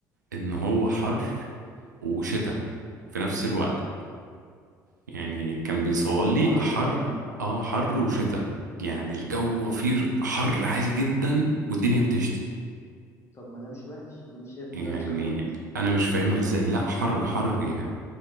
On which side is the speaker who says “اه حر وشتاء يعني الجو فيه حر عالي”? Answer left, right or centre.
Right